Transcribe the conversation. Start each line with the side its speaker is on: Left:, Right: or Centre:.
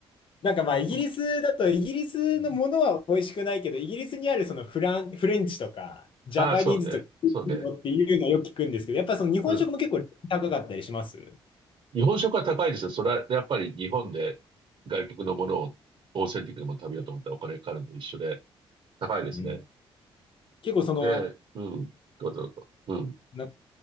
Left: なんかまあイギリスだとイギリスのものは美味しくないけど、
Right: そううん、
Left: イギリスにあるそのフラン、フレンチとかジャパニーズとか
Right: ああ、そうね。そうね。
Left: っていうのはよく聞くんですけど、やっぱその日本食も結構高かったりします
Right: うん。日本食は高いですよ。それはやっぱり日本で外国のものをオーセンティックなものを食べようと思ったらお金かかるのと一緒で高いですね。
Left: うん結構その、
Right: で、うん、どうぞどうぞ。うん、
Left: な